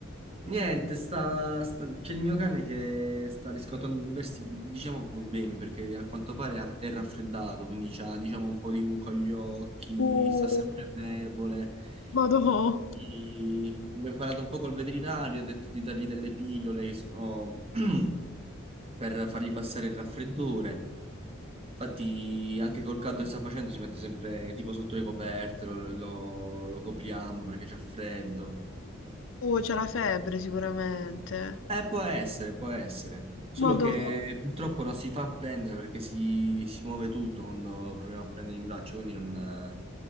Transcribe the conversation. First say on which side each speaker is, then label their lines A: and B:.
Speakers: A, on the right; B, on the left.
A: Niente, sta, sta- c'è il mio cane che sta riscontrando diversi, diciamo, problemi perché a quanto pare ha- è raffreddato, quindi ha, diciamo, un po' di muco agli occhi,
B: Uh,
A: sta sempre debole.
B: Madò,
A: Quindi mi ho imparato un po' col veterinario, ho detto di dargli delle pillole che sono <clears throat> per fargli passare il raffreddore. Infatti, anche col caldo che sta facendo, si mette sempre tipo sotto le coperte, lo, lo- lo copriamo perché c'è freddo.
B: Oh, c'è la febbre sicuramente.
A: Eh, può essere, può essere. Solo
B: Madò.
A: che purtroppo non si fa prendere perché si, si muove tutto quando proviamo a prendere in braccio, quindi non, eh,